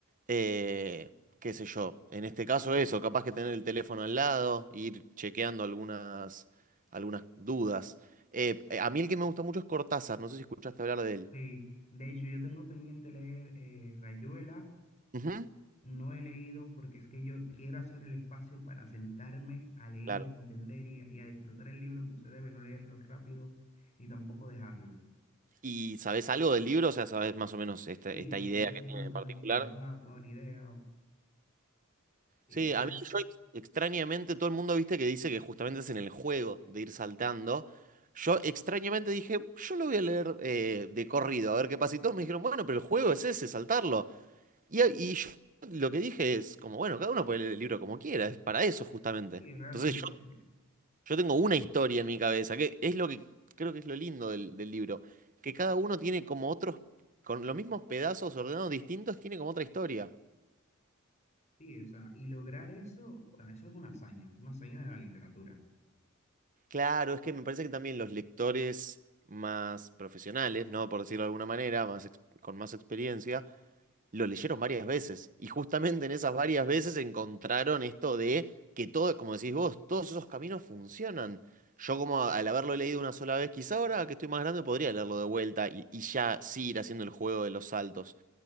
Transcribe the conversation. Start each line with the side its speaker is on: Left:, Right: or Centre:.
Right: eh, qué sé yo. En este caso, eso, capaz que tener el teléfono al lado, ir chequeando algunas, algunas dudas. Eh, eh, a mí el que me gusta mucho es Cortázar, no sé si escuchaste hablar de él.
Left: sí. De hecho, yo tengo pendiente leer eh, Rayuela.
Right: Ujú.
Left: No he leído porque es que yo quiero hacer el espacio para sentarme a leer,
Right: Claro.
Left: entender y a, y a disfrutar el libro como se debe, no leerlo rápido ni tampoco dejarlo.
Right: ¿Y sabes algo del libro? O sea, ¿sabes más o menos esta,
Left: Sí,
Right: esta
Left: sí,
Right: idea
Left: sí, sé
Right: que tiene
Left: más
Right: en
Left: o menos
Right: particular?
Left: de qué va, toda la idea. Y,
Right: Sí,
Left: y así,
Right: a mí yo ex- extrañamente, todo el mundo viste que dice que justamente es en el juego de ir saltando. Yo extrañamente dije, yo lo voy a leer eh, de corrido, a ver qué pasa. Y todos me dijeron, bueno, pero el juego es ese, saltarlo. Y, a- y yo lo que dije es, como, bueno, cada uno puede leer el libro como quiera, es para eso justamente.
Left: es realmente,
Right: Entonces yo
Left: eh,
Right: Yo tengo una historia en mi cabeza, que es lo que creo que es lo lindo del, del libro, que cada uno tiene como otros, con los mismos pedazos ordenados distintos, tiene como otra historia.
Left: sí, o sea, y lograr eso, o sea, eso es una hazaña, una hazaña de la literatura.
Right: Claro, es que me parece que también los lectores más profesionales, ¿no? Por decirlo de alguna manera, más, ex- con más experiencia, lo leyeron varias veces y justamente en esas varias veces encontraron esto de que todo, como decís vos, todos esos caminos funcionan. Yo como a- al haberlo leído una sola vez, quizá ahora que estoy más grande podría leerlo de vuelta y, y ya sí ir haciendo el juego de los saltos.